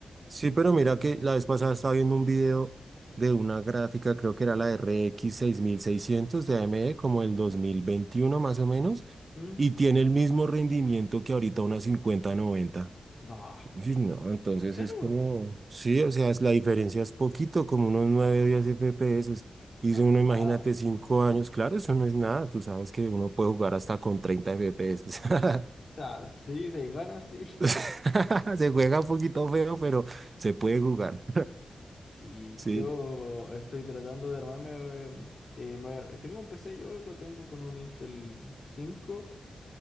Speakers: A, on the right; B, on the left.
A: Sí, pero mira que la vez pasada estaba viendo un video de una gráfica, creo que era la R X 6600 de AMD, como el 2021 más o menos,
B: ¿Mm?
A: y tiene el mismo rendimiento que ahorita una cincuenta noventa.
B: No,
A: Sí, no, entonces
B: ¿en serio?
A: es como, sí, o sea, es- la diferencia es poquito, como unos 9 o 10 FPS. Y
B: No,
A: si uno,
B: nada.
A: imagínate,
B: O
A: 5 años, claro, eso no es nada. Tú sabes que uno puede jugar hasta con 30 FPS. <laughs>
B: sea, sí, se gana, sí.
A: <laughs> Se juega un poquito feo, pero se puede jugar.
B: <laughs> sí
A: Sí.
B: yo estoy tratando de armarme, eh, eh, me voy a- tengo un PC yo, lo tengo con un Intel 5,